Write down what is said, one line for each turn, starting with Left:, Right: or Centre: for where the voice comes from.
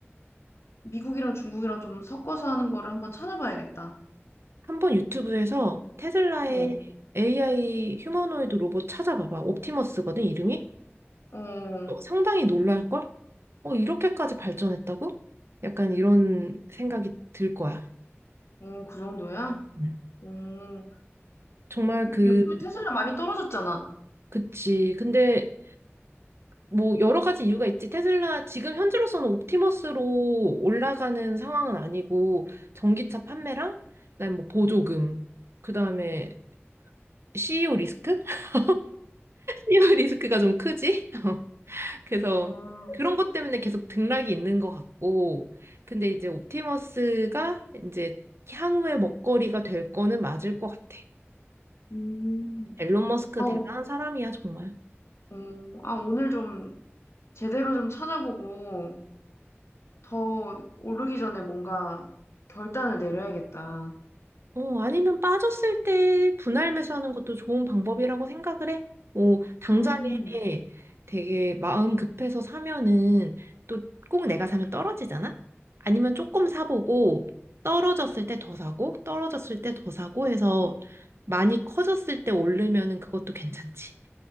Left: 미국이랑 중국이랑 좀 섞어서 하는 거를 한번 찾아봐야겠다.
Right: 한번 유튜브에서 테슬라의
Left: 어,
Right: AI 휴머노이드 로봇 찾아봐봐. 옵티머스거든, 이름이?
Left: 어,
Right: 어, 상당히 놀랄걸? 어, 이렇게까지 발전했다고? 약간 이런 생각이 들 거야.
Left: 어, 그 정도야?
Right: 음.
Left: 어, 요-
Right: 정말 그,
Left: 요즘에 테슬라 많이 떨어졌잖아.
Right: 그치. 근데 뭐 여러 가지 이유가 있지. 테슬라 지금 현재로서는 옵티머스로 올라가는 상황은 아니고 전기차 판매랑 그다음에 뭐 보조금, 그다음에 CEO 리스크? <laughs> CEO 리스크가 좀 크지? <laughs> 그래서
Left: 어,
Right: 그런 것 때문에 계속 등락이 있는 것 같고 근데 이제 옵티머스가 이제 향후의 먹거리가 될 거는 맞을 것 같아.
Left: 음.
Right: 앨런 머스크
Left: 아, 오,
Right: 대단한 사람이야, 정말.
Left: 어, 아, 오늘 좀 제대로 좀 찾아보고 더 오르기 전에 뭔가 결단을 내려야겠다. 아,
Right: 어, 아니면 빠졌을 때 분할 매수하는 것도 좋은 방법이라고 생각을 해. 어, 당장에
Left: 음,
Right: 되게 마음 급해서 사면은 또 꼭 내가 사면 떨어지잖아? 아니면 조금 사보고 떨어졌을 때 더 사고 떨어졌을 때 더 사고 해서 많이 커졌을 때 오르면은 그것도 괜찮지.